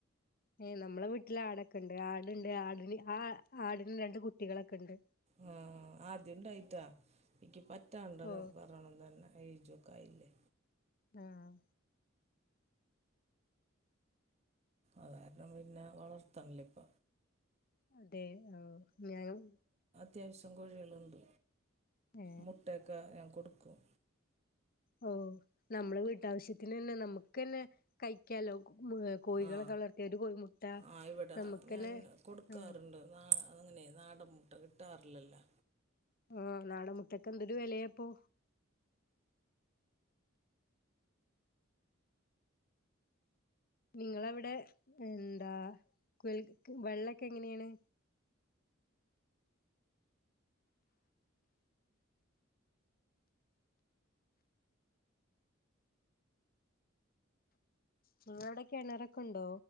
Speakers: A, on the left; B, on the right.
A: ഏ നമ്മളെ വീട്ടില് ആടൊക്കെ ഉണ്ട് ആടുണ്ട് ആടിന് ആ ആടി ന് രണ്ട് കുട്ടികളൊക്കെ ഉണ്ട്.
B: ആ ആദ്യം ഉണ്ടായിട്ടാ എനിക്കി പറ്റാണ്ടെണ്‌
A: ഓ
B: പറയണം തന്നെ എയ്ജൊ ക്കായില്ലെ.
A: ആഹ്
B: അത് കാരണം പിന്നാ വളർത്തണില്ല ഇപ്പ.
A: അതെ ഓ ഞാനും
B: ത്യാവശ്യം കോഴികളുണ്ട്.
A: ഏ
B: മുട്ടയൊക്കെ ഞാൻ കൊടു <unintelligible>
A: ഓ നമ്മള് വീട്ടാവശ്യത്തിനന്നെ നമുക്കന്നെ കഴിക്കാലോ? കോകോഴികളൊക്കെ
B: ആ
A: വളർത്തിയ ഒരു കോഴിമുട്ട
B: ആ ഇവിടെ
A: നമുക്കന്നെ
B: ഞാൻ കൊടുക്കാറുണ്ട്
A: ആ
B: നാ അങ്ങനെ നാടൻ മുട്ട കിട്ടാറില്ലല്ലോ?
A: ആഹ് നാടൻമുട്ടക്ക എന്തൊരു വെലയാപ്പോ നിങ്ങളവിടെ എന്താ കുയൽ വെള്ളക്കെ എങ്ങനെയാണ് നിങ്ങളവിടെ കിണറൊക്കെ ഇണ്ടോ